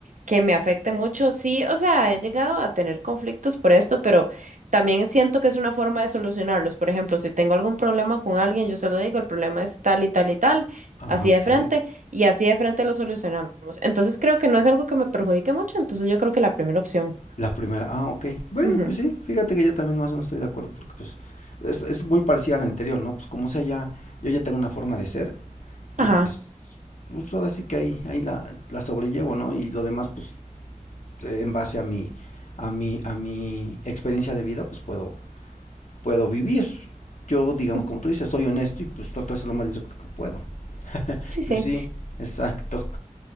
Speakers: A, on the right (about 80°); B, on the left (about 70°).
A: que me afecte mucho. Sí, o sea, he llegado a tener conflictos por esto, pero también siento que es una forma de solucionarlos. Por ejemplo, si tengo algún problema con alguien, yo se lo digo, el problema es tal y tal y tal,
B: Ah,
A: así
B: ok.
A: de frente, y así de frente lo solucionamos. Entonces creo que no es algo que me perjudique mucho, entonces yo creo que la primera opción.
B: La primera, ah, ok. Bueno,
A: Ujú.
B: pues sí, fíjate que yo también más o menos estoy de acuerdo porque pues es, es muy parecida a la anterior, ¿no? Pues como sea, ya, yo ya tengo una forma de ser
A: Ajá.
B: y pues, pues ahora sí que ahí, ahí la, la sobrellevo, ¿no? Y lo demás, pues eh, en base a mi, a mi, a mi experiencia de vida, pues puedo puedo vivir. Yo, digamos,
A: Ujú.
B: como tú dices, soy honesto y pues trato de ser lo más directo que puedo. <laughs>
A: Sí, sí.
B: pues sí, exacto.